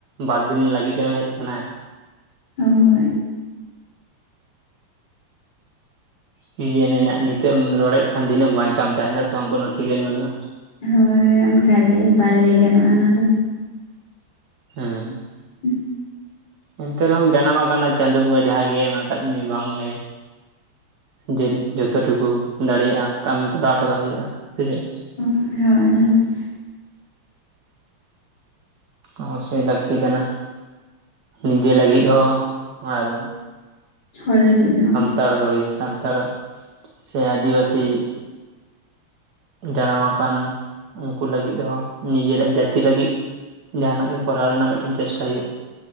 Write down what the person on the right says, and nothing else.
ᱵᱟᱨᱫᱤᱱ ᱞᱟᱹᱜᱤᱫ ᱮᱢ ᱦᱮᱡ ᱟᱠᱟᱱᱟ᱾
ᱠᱤ ᱡᱟᱱᱤ ᱱᱟᱜ ᱱᱤᱛᱚᱜ ᱮᱢ ᱨᱚᱲᱮᱫ ᱠᱷᱟᱱ ᱫᱷᱤᱱᱟᱹᱝ ᱵᱟᱧᱪᱟᱢ ᱮᱢ ᱛᱟᱸᱦᱮᱱᱟ ᱥᱮ ᱵᱟᱝ ᱠᱳᱱᱳ ᱴᱷᱤᱠᱟᱹᱱ ᱵᱟᱹᱱᱩᱜᱼᱟ᱾
ᱦᱩᱸ᱾
ᱮᱱᱛᱮ ᱨᱮᱦᱚᱢ ᱡᱟᱱᱟᱢ ᱟᱠᱟᱱᱟ ᱪᱟᱸᱫᱳ ᱵᱚᱸᱜᱟ ᱡᱟᱸᱦᱟ ᱜᱮ ᱮᱢ ᱟᱠᱟᱫ ᱢᱮᱭᱟ ᱵᱟᱝ ᱜᱮ ᱡᱮ ᱡᱚᱛᱚ ᱴᱩᱠᱩ ᱫᱟᱲᱮᱭᱟᱜᱼᱟ ᱠᱟᱹᱢᱤ ᱠᱚᱨᱟᱣ ᱦᱚᱴᱚ ᱠᱟᱜ ᱦᱩᱭᱩᱜᱼᱟ ᱥᱮ ᱪᱮᱫ᱾
ᱚᱵᱚᱥᱥᱳᱭ ᱞᱟᱹᱠᱛᱤ ᱠᱟᱱᱟ᱾ ᱱᱤᱡᱮ ᱞᱟᱹᱜᱤᱫ ᱦᱚᱸ ᱟᱨ
ᱥᱟᱱᱛᱟᱲ ᱦᱩᱭ, ᱥᱟᱱᱛᱟᱲ ᱥᱮ ᱟᱹᱫᱤᱵᱟᱹᱥᱤ᱾ ᱡᱟᱱᱟᱢ ᱟᱠᱟᱱ ᱩᱱᱠᱩ ᱞᱟᱹᱜᱤᱫ ᱦᱚᱸ ᱱᱤᱡᱮᱨᱟᱜ ᱡᱟᱹᱛᱤ ᱞᱟᱹᱜᱤᱫ᱾ ᱡᱟᱸᱦᱱᱟᱜ ᱜᱮ ᱠᱚᱨᱟᱣ ᱨᱮᱱᱟᱜ ᱢᱤᱫᱴᱮᱱ ᱪᱮᱥᱴᱟ ᱦᱩᱭᱩᱜᱼᱟ᱾